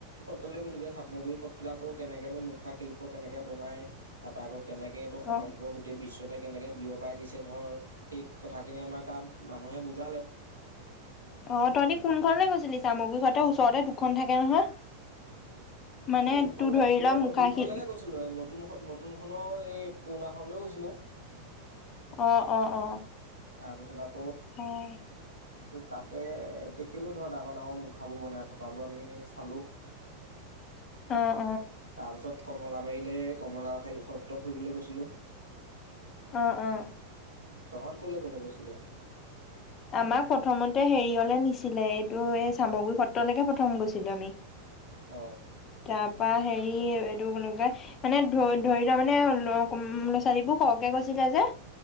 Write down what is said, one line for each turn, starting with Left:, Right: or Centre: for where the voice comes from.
Right: গলোগে চামগুৰি সত্ৰত আকৌ কেনেকেনো মুখা শিল্প আকৌ কেনেকে বনাই তাৰ পা আকৌ কেনেকে এইটো সমগ্ৰ
Left: অ',
Right: গোটেই বিশ্ব কেনেকে বিয়পাই দিছে ধৰ সেই কথাখিনি আমাৰ তাৰ মানুহে বুজালে।
Left: অ' তহঁতি কোনখনলৈ গৈছিলি? চামগুৰি ঘাটৰ ওচৰতে দুখন থাকে নহয়? মানে
Right: কোনখনলৈ
Left: তোৰ ধৰি
Right: গৈছিলোঁ?
Left: ল মুখাশিল
Right: অ' দুইখনলৈকে গৈছিলোঁ। নতুনখ- নতুনখনো এই পুৰণাখন লৈ গৈছিলোঁ।
Left: অ' - অ' - অ'।
Right: তাৰপিছত আ
Left: অ'
Right: তাতে দেখিলো ধৰ ডাঙৰ ডাঙৰ মুখাবোৰ বনাই থকাবোৰ আমি চালো।
Left: অ', অ',
Right: তাৰ পিছত কমলা বাৰিলে কমলা হত ত' ফুৰিবলৈ গৈছিলো।
Left: অ' অ'
Right: তহঁত কলৈ কলে গৈছিলি?
Left: আমাক প্ৰথমতে হেৰিয়লে নিছিলে ইয় এই চামগুৰি সত্ৰলৈকে প্ৰথম গৈছিলো আমি।
Right: উম।
Left: তাপ হেৰি এইটোলা মানে ধ ধৰি লোৱা মানে ল'ৰা ছোৱালীবোৰ সৰহকে গৈছিলে যে